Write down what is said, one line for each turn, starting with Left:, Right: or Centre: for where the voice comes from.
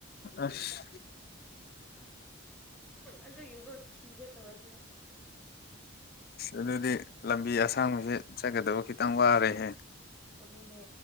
Left: ꯑꯁ
Centre: ꯑꯗꯨꯒꯤꯀꯣ ꯁꯤꯒꯦ ꯇꯧꯋ
Left: ꯑꯗꯨꯗꯤ ꯂꯝꯕꯤ ꯑꯁꯥꯡꯕꯁꯦ ꯆꯠꯀꯗꯕ ꯈꯤꯇꯪ ꯋꯥꯔꯦꯍꯦ
Centre: ꯑꯗꯨꯅꯦ